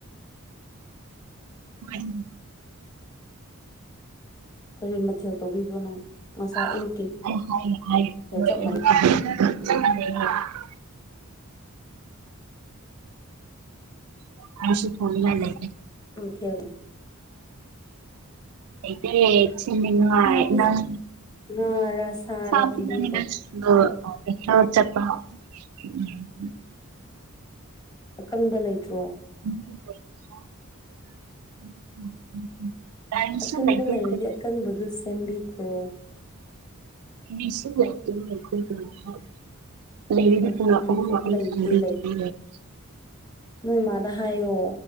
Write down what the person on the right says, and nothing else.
<inaudible> ꯍꯣꯌ
<unintelligible>
<inaudible>
<inaudible> ꯑꯩꯁꯨ ꯊꯣꯅꯤꯉꯥꯏ ꯂꯩꯇꯦ
ꯂꯩꯇꯦ꯫ ꯁꯤꯃꯤꯟꯋꯥꯏ
ꯅꯪ
ꯁꯥ ꯄꯤꯖꯅꯤꯡꯉꯥꯏ
<unintelligible> ꯗꯣ ꯄꯩꯈ꯭ꯌꯥ ꯆꯠꯄ ꯍ ꯎꯝ <unintelligible>
<inaudible> ꯀꯔꯤꯁꯨ
ꯂꯩꯇꯦ
ꯑꯩꯈꯣꯏ
ꯃꯤꯁꯨ ꯂꯥꯛꯇꯦꯅ ꯑꯩꯈꯣꯏꯗꯣ ꯉꯥꯏꯍꯥꯛ, ꯂꯩꯔꯗꯤ
<unintelligible>